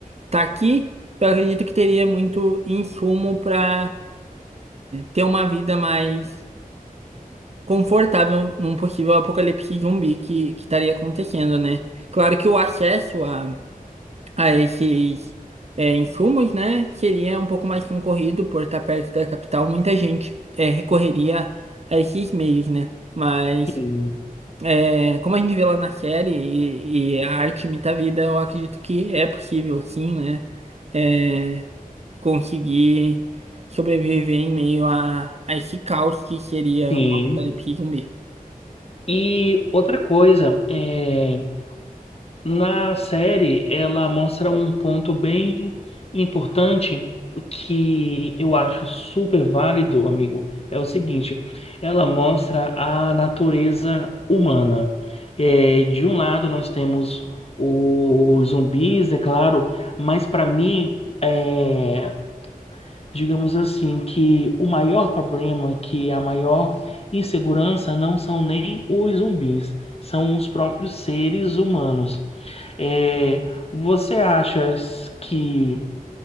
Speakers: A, on the right; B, on the left.
A: está aqui. Eu acredito que teria muito insumo para ter uma vida mais confortável num possível apocalipse zumbi que, que estaria acontecendo, né? Claro que o acesso a, a esses é, insumos, né, seria um pouco mais concorrido por estar perto da capital. Muita gente é, recorreria a esses meios, né? Mas.
B: Sim.
A: É, como a gente vê lá na série, e, e a arte imita a vida, eu acredito que é possível, sim, né? É, conseguir sobreviver em meio a, a esse caos que seria
B: Sim.
A: um apocalipse zumbi.
B: E outra coisa, é, Na série, ela mostra um ponto bem importante que eu acho super válido, amigo. É o seguinte: ela mostra a natureza humana. É, de um lado, nós temos os zumbis, é claro, mas para mim, é, digamos assim, que o maior problema, que a maior insegurança, não são nem os zumbis, são os próprios seres humanos é, você acha que